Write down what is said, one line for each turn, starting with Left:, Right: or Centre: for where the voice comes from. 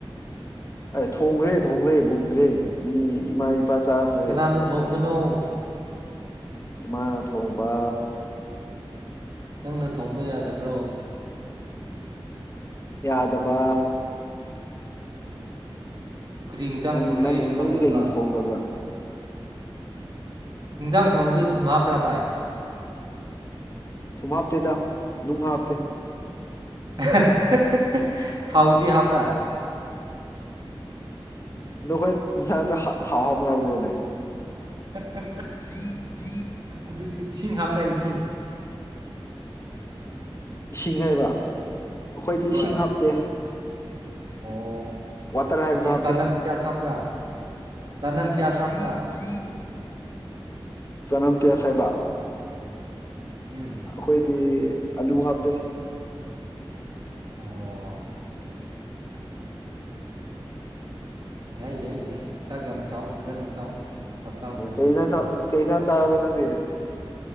Left: ꯑꯦ ꯊꯣꯡꯈ꯭ꯔꯦ ꯊꯣꯡꯈ꯭ꯔꯦ ꯃꯨꯟꯈ꯭ꯔꯦ ꯃꯤ ꯏꯃꯥ ꯏ ꯄꯥ ꯆꯥꯈ꯭ꯔꯦ
Right: ꯀꯅꯥꯅ
Left: ꯑꯩꯈꯣꯏ
Right: ꯊꯣꯡꯕꯅꯣ
Left: ꯏꯃꯥꯅ ꯊꯣꯡꯕ
Right: ꯅꯪꯅ ꯊꯣꯡꯕ ꯌꯥꯗꯕ꯭ꯔꯣ
Left: ꯌꯥꯗꯕ
Right: ꯀꯔꯤ ꯏꯟꯖꯥꯡ
Left: ꯅꯪ
Right: ꯊꯣꯡꯉꯦ
Left: ꯅꯪ
Right: ꯑꯩꯁꯨ ꯈꯪꯗꯕ
Left: ꯅꯪꯗꯤ ꯀꯩꯀꯩ ꯊꯣꯡꯗꯕ꯭ꯔꯥ
Right: ꯏꯟꯖꯥꯡ ꯊꯣꯡꯗꯨ ꯊꯨꯝ ꯍꯥꯞꯄ꯭ꯔꯥ ꯕꯥꯏ
Left: ꯊꯨꯝ ꯍꯥꯞꯇꯗ ꯅꯨꯡ ꯍꯥꯞꯄꯦ
Right: <unintelligible> ꯊꯥꯎꯗꯤ ꯍꯥꯄ꯭ꯔꯥ
Left: ꯅꯈꯣꯏ ꯏꯟꯁꯥꯡꯗ ꯊꯥꯎ ꯍꯥꯞꯅ ꯕꯔꯣꯅꯦ
Right: <unintelligible>
Left: <unintelligible>
Right: ꯑꯗꯨꯗꯤ ꯏꯁꯤꯡ ꯍꯥꯞꯄ꯭ꯔ ꯏꯁꯤꯡ
Left: ꯏꯁꯤꯡ ꯍꯥꯏꯕ ꯑꯩꯈꯣꯏꯗꯤ
Right: ꯍꯣꯏ
Left: ꯏꯁꯤꯡ ꯍꯥꯞꯇꯦ
Right: ꯑꯣ
Left: ꯋꯥꯇꯔ
Right: ꯑꯗꯨꯗꯤ
Left: ꯍꯥꯏꯕꯗꯣ ꯍꯥꯞꯄꯦ꯫
Right: ꯆꯅꯝ ꯄꯤꯌꯥꯁ ꯍꯥꯞꯄ꯭ꯔꯥ
Left: <unintelligible>
Right: ꯆꯅꯝ ꯄꯤꯌꯥꯁ ꯍꯥꯞꯄ꯭ꯔꯥ
Left: ꯆꯅꯝꯄꯤꯌꯥꯁ ꯍꯥꯏꯕ
Right: ꯎꯝ
Left: ꯑꯈꯣꯏ ꯄꯦ ꯑꯜꯂꯨ ꯍꯥꯄꯦ꯫
Right: <inaudible> ꯌꯥꯏ ꯌꯥꯏ ꯌꯥꯏ ꯆꯥꯛ ꯌꯥꯝ ꯆꯥꯎ ꯐꯖꯅ ꯆꯥꯎ꯫ ꯍꯛꯆꯥꯡ ꯐꯅꯕ
Left: ꯀꯩ ꯀꯩ ꯏꯟꯁꯪ ꯆꯔꯥꯕꯣ ꯅꯥꯡꯗꯤ꯫